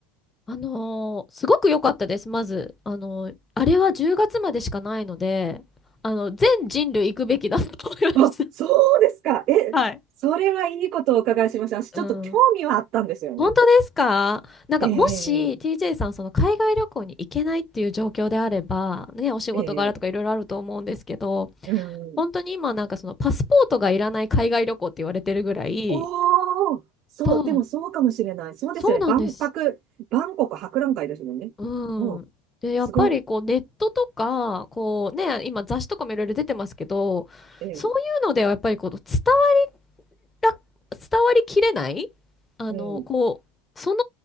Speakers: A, on the left; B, on the right.
A: あのーすごく良かったです、まず。あのーあれは10月までしかないので、あの、全人類行くべきだと思いまし
B: あ、そうですか。え、
A: た。<laughs> はい。
B: それはいいことをお伺いしました。私ちょっと興味はあったんですよね。
A: うん。本当ですかなんかもし
B: ええ、
A: TJ さんその海外旅行に行けないっていう状況であれば、ね、お仕事柄とかいろいろあると思うんですけど、
B: ええ、うん。
A: 本当に今なんかそのパスポートがいらない海外旅行って言われてるぐらい、
B: おー、そう、
A: そう、
B: でもそうかもしれない。そうですよね。
A: そうなんです。
B: 万博、万国博覧会ですもんね。
A: うん。
B: おう、
A: で、やっぱりこうネットとか、
B: すご、
A: こうね、今雑誌とかもいろいろ出てますけど、
B: ええ、
A: そういうのではやっぱりこう伝わら伝わりきれないあの、
B: うん、
A: こう、その